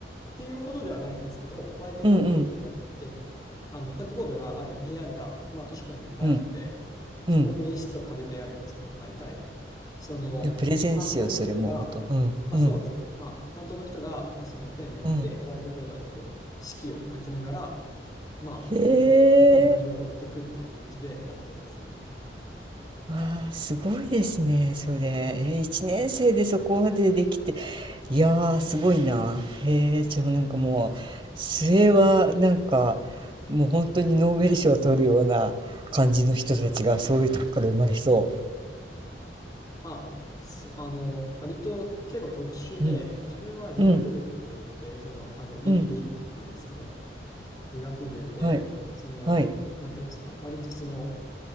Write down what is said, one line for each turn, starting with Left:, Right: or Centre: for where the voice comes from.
Left: ていうほどではないんですけど、ホワイトボードを持って、
Right: うんうん
Left: あの、ホワイトボードがある部屋が、まあ、図書館にいっぱいあって、
Right: うん
Left: そこの一室を借りてやるんですけど、
Right: うん
Left: 大体、その、
Right: いやプレゼンスようそれもうほとんどうんうん
Left: 担当の人が、まあそうですね、まあ、担当の人が、まあ、そのペン持って、
Right: うん
Left: ホワイトボードにこう、式を書きながら、まあ、
Right: へえ
Left: お本の内容を追っていくっていう感じでやってますね。
Right: わあすごいですねそれえ1年生でそこまでできていやーすごいなへえじゃあなんかもう末はなんかもう本当にノーベル賞を取るような感じの人たちがそういうとこから生まれそ
Left: まあ、すあの、割と結構特殊で、
Right: ううん
Left: 自分は理学部って言って、
Right: うん
Left: その、あの、理、
Right: うん
Left: 理なんですけど、理学部で、
Right: はい
Left: その、
Right: はい
Left: なんていうんですか、割とその、